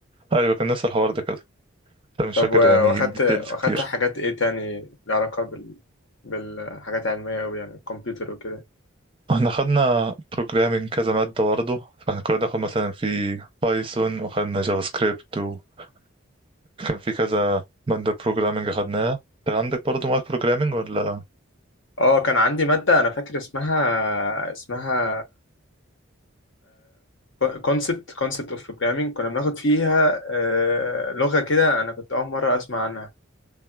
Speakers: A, on the right; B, on the left.
A: أيوة كان نفس الحوار ده كده أنا مش
B: طب
A: فاكر
B: و-
A: يعني
B: واخدت
A: details
B: واخدت
A: كتير
B: حاجات ايه تاني لها علاقة بال بالحاجات العلمية أوي يعني الكمبيوتر وكده
A: احنا خدنا بروجرامينج كذا مادة برضه فاحنا كنا بناخد مثلا في بايثون وخدنا جافا سكريبت وكان في كذا مادة بروجرامينج خدناها انت عندك برضه مواد بروجرامينج ولا
B: اه كان عندي مادة أنا فاكر اسمها اسمها كونسبت كونسبت اوف بروجرامينج كنا بناخد فيها آه، لغة كده أنا كنت أول مرة أسمع عنها